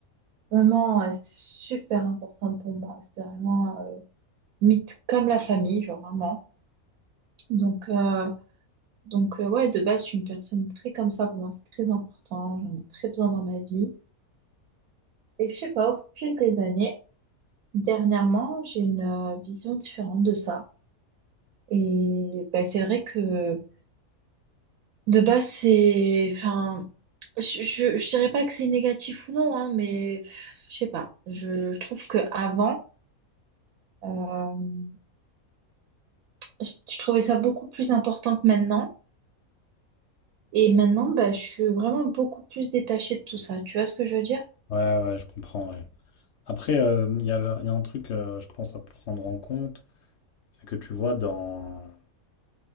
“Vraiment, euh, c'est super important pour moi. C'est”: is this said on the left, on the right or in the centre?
Right